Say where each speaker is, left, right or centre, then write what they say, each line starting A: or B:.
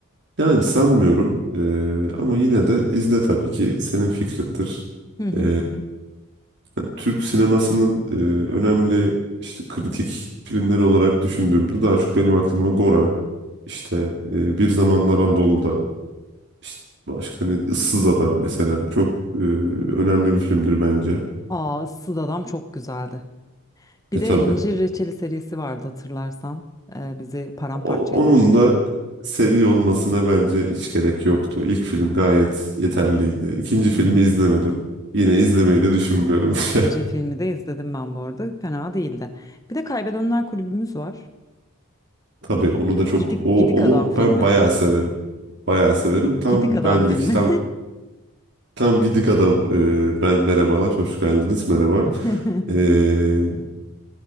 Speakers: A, on the right (about 55°); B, on the left (about 15°).
A: yani sanmıyorum. Ee, ama yine de izle tabii ki. Senin fikrindir.
B: Hı hı
A: Ee,
B: hı. hı.
A: Yani Türk sinemasının e, önemli işte kritik filmleri olarak düşündüğümde daha çok benim aklıma Gora, işte e, Bir Zamanlar Anadolu'da, işte başka hani Issız Adam mesela çok e, önemli bir filmdir bence.
B: Aa, Issız Adam çok güzeldi. Bir
A: E
B: de
A: tabii.
B: İncir Reçeli serisi vardı hatırlarsan. Ee, bizi paramparça
A: O-
B: etmişti.
A: onun da seri olmasına bence hiç gerek yoktu. İlk film gayet yeterliydi. İkinci filmi
B: Hı hı.
A: izlemedim. Yine izlemeyi de düşünmüyorum.
B: İkinci
A: <laughs>
B: filmi de izledim ben bu arada. Fena değildi. Bir de Kaybedenler Kulübümüz var.
A: Tabii onu da çok
B: Gidik
A: o
B: Gidik
A: onu
B: Adam filmi.
A: ben bayağı severim. Bayağı severim. Tam
B: Gidik Adam
A: bendik
B: filmi.
A: tam Tam gidik adam. Ee, ben merhabalar, hoş geldiniz, merhaba.
B: <laughs>
A: Ee,